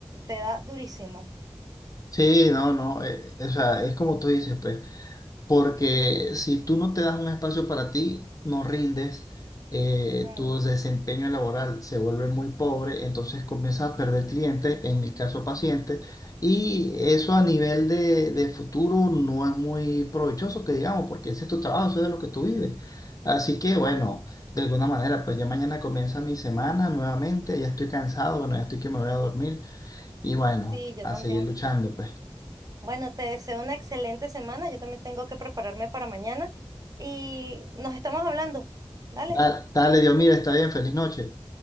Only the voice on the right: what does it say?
te da durísimo.
Mm,
Sí, yo
también.
Bueno, te deseo una excelente semana. Yo también tengo que prepararme para mañana y nos estamos hablando. Dale,